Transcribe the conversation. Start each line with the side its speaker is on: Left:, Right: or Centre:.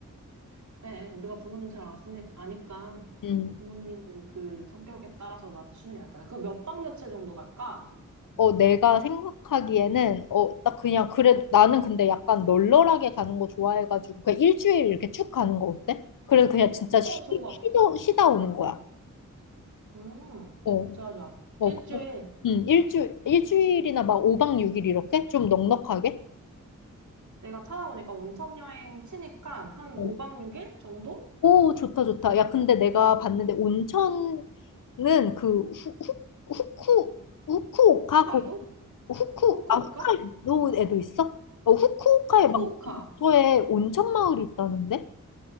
Right: 그래, 우리가 부모님 잘 아시니, 아니까
Left: 음.
Right: 부모님 그 성격에 따라서 맞추는 게 낫겠다. 그 몇 박 며칠 정도 갈까?
Left: 어, 내가 생각하기에는, 어, 딱 그냥, 그래, 나는 근데 약간 널널하게 가는 거 좋아해가지고, 그냥 일주일 이렇게 쭉 가는 거 어때? 그래서 그냥 진짜
Right: 어,
Left: 쉬,
Right: 좋은 것
Left: 쉬다,
Right: 같아.
Left: 쉬다 오는 거야.
Right: 음,
Left: 어,
Right: 좋아, 좋아.
Left: 어,
Right: 일주일.
Left: 그- 음, 일주, 일주일이나 막 5박 6일 이렇게? 좀 넉넉하게?
Right: 내가 찾아보니까 온천 여행 치니까 한
Left: 어.
Right: 오박 육일 정도?
Left: 오, 좋다, 좋다. 야, 근데 내가 봤는데, 온천은 그, 후, 후, 후쿠, 후쿠오카
Right: 차이도?
Left: 후쿠
Right: 후쿠오카?
Left: 아 홋카이도에도 있어? 어 후쿠오카에
Right: 후쿠오카.
Left: 막 저에 온천 마을이 있다는데?